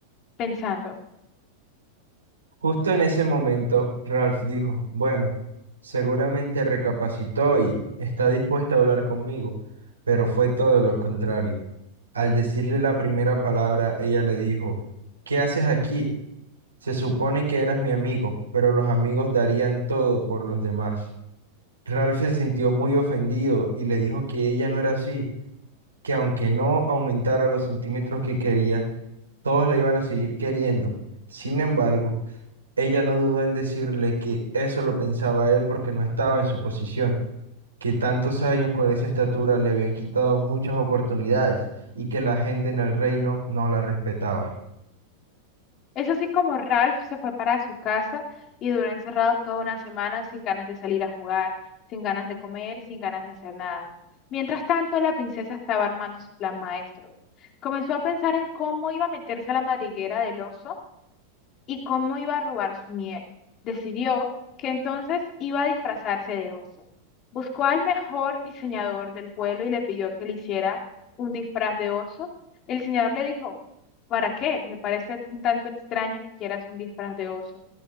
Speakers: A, on the left (about 35°); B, on the right (about 75°).
A: pensando.
B: Justo en ese momento, Ralph dijo, bueno, seguramente recapacitó y está dispuesta a hablar conmigo, pero fue todo lo contrario. Al decirle la primera palabra, ella le dijo, ¿Qué haces aquí? Se supone que eras mi amigo, pero los amigos darían todo por los demás. Ralph se sintió muy ofendido y le dijo que ella no era así, que aunque no aumentara los centímetros que quería, todos la iban a seguir queriendo. Sin embargo, ella no dudó en decirle que eso lo pensaba él porque no estaba en su posición que tantos años con esa estatura le habían quitado muchas oportunidades y que la gente en el reino no la respetaba.
A: Es así como Ralph se fue para su casa y duró encerrado toda una semana sin ganas de salir a jugar, sin ganas de comer, sin ganas de hacer nada. Mientras tanto, la princesa estaba armando su plan maestro. Comenzó a pensar en cómo iba a meterse a la madriguera del oso y cómo iba a robar su miel. Decidió que entonces iba a disfrazarse de oso. Buscó al mejor diseñador del pueblo y le pidió que le hiciera un disfraz de oso. El diseñador le dijo, ¿para qué? Me parece un tanto extraño que quieras un disfraz de oso.